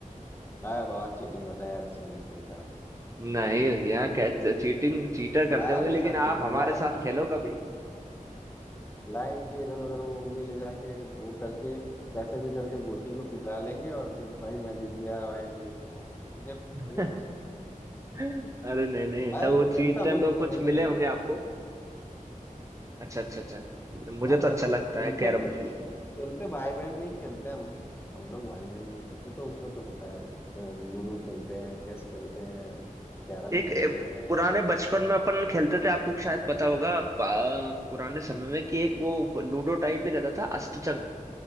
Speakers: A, on the left; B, on the right.
A: अरे बहुत चीटिंग होता है यार इसमें नहीं खेलता मैं
B: नहीं भैया क्या चीटिंग चीटर
A: अरे
B: करते होंगे लेकिन
A: सब चीटिंग
B: आप हमारे
A: लाइन
B: साथ
A: की
B: खेलो कभी
A: लाइन की इधर उधर वो उंगली ले जाके वो करके कैसे भी करके गोटी को पिला लेंगे और फिर भाई मैं जीत गया भाई मैं जीत गया मुझे
B: <laughs>
A: मुझे पसंद
B: अरे नहीं नहीं ऐसा
A: अरे
B: वो
A: खेलता
B: चीटर
A: हूँ
B: लोग
A: लेकिन
B: कुछ
A: मुझे
B: मिले
A: नहीं
B: होंगे
A: पसंद
B: आपको अच्छा अच्छा अच्छा मुझे
A: हाँ
B: तो अच्छा
A: हाँ,
B: लगता
A: हाँ, ठीक
B: है कैरम
A: है क्या
B: खेल
A: खेलते भाई बहन में ही खेलते हैं हम लोग हम लोग भाई बहन में ही खेलते हैं, तो उसमें तो होता है अ, लूडो खेलते हैं चेस खेलते हैं कैरम
B: एक,
A: खेलते
B: एक
A: हैं
B: पुराने बचपन में अपन खेलते थे आपको शायद पता होगा पा- पुराने समय में कि एक वो लूडो टाइप ही रहता था अष्टचंग